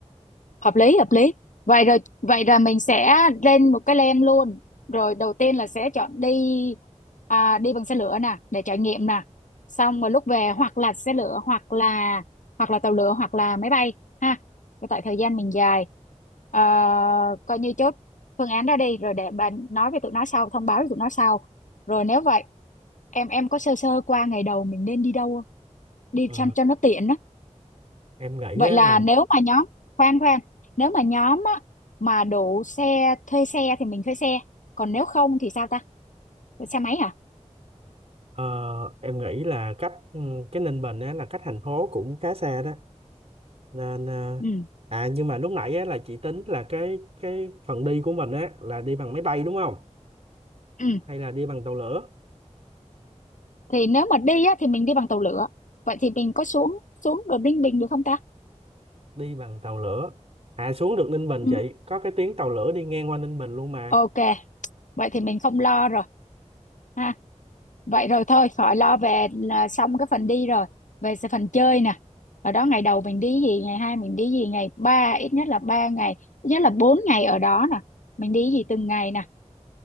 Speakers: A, on the left; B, on the right.
A: hợp lý hợp lý vậy rồi vậy là mình sẽ lên một cái plan luôn rồi đầu tiên là sẽ chọn đi à, đi bằng xe lửa nè để trải nghiệm nè xong rồi lúc về hoặc là xe lửa hoặc là hoặc là tàu lửa hoặc là máy bay ha Cái tại thời gian mình dài Ờ, coi như chốt phương án đó đi rồi để bạn nói với tụi nó sau thông báo với tụi nó sau rồi nếu vậy em em có sơ sơ qua ngày đầu mình nên đi đâu không đi
B: Ừ,
A: chăm cho nó tiện á
B: em nghĩ
A: Vậy
B: á
A: là
B: là
A: nếu mà nhóm khoan khoan, nếu mà nhóm á, mà đủ xe thuê xe thì mình thuê xe, còn nếu không thì sao ta? Thuê Xe máy à?
B: ờ, em nghĩ là cách ừ, cái Ninh Bình á là cách thành phố cũng khá xa đó nên à
A: Ừ.
B: à, nhưng mà lúc nãy á, là chị tính là cái cái phần đi của mình á là đi bằng máy bay đúng không
A: Ừ.
B: hay là đi bằng tàu lửa
A: Thì nếu mà đi á, thì mình đi bằng tàu lửa. Vậy thì mình có xuống xuống đồn Ninh Bình được không ta?
B: đi bằng tàu lửa à xuống được Ninh Bình
A: Ừ.
B: chị có cái tuyến tàu lửa đi ngang qua Ninh Bình luôn mà
A: Ok, vậy thì mình không lo rồi ha. Vậy rồi thôi, khỏi lo về là xong cái phần đi rồi. Về sẽ phần chơi nè. Ở đó ngày đầu mình đi gì, ngày hai mình đi gì, ngày ba ít nhất là ba ngày, ít nhất là bốn ngày ở đó nè. Mình đi gì từng ngày nè